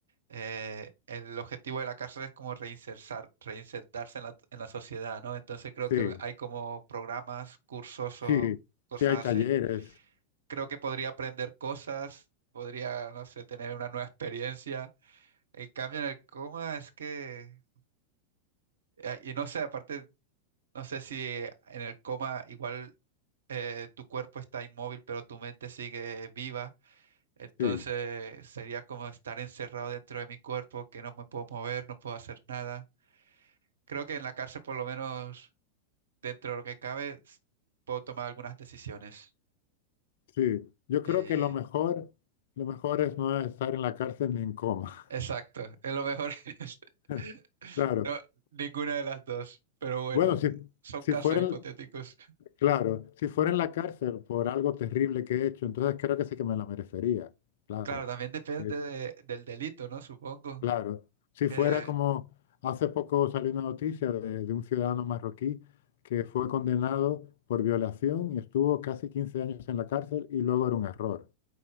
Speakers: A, on the right (about 65°); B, on the left (about 55°).
A: eh, el objetivo de la cárcel es como reinsertar, reinsertarse en la, en la sociedad, ¿no? Entonces creo
B: sí,
A: que hay como programas, cursos o
B: sí,
A: cosas
B: sí hay talleres,
A: así. Creo que podría aprender cosas, podría, no sé, tener una nueva experiencia. En cambio, en el coma es que, eh, y no sé, aparte, no sé si en el coma igual eh, tu cuerpo está inmóvil, pero tu mente sigue viva. Entonces
B: sí.
A: sería como estar encerrado dentro de mi cuerpo, que no me puedo mover, no puedo hacer nada. Creo que en la cárcel, por lo menos dentro de lo que cabe, s- puedo tomar algunas decisiones.
B: Sí, yo creo
A: Y...
B: que lo mejor, lo mejor es no estar en la cárcel ni en coma.
A: Exacto, es lo mejor. <laughs>
B: <laughs> Claro.
A: No, ninguna de las dos, pero bueno,
B: Bueno, si,
A: son
B: si
A: casos
B: fuera,
A: hipotéticos.
B: en- claro, si fuera en la cárcel por algo terrible que he hecho, entonces creo que sí que me la merecería. Claro.
A: Claro, también depende
B: Eh,
A: de- del delito, ¿no? Supongo
B: Claro. Si
A: que...
B: fuera como hace poco salió una noticia de, de un ciudadano marroquí que fue condenado por violación y estuvo casi 15 años en la cárcel y luego era un error.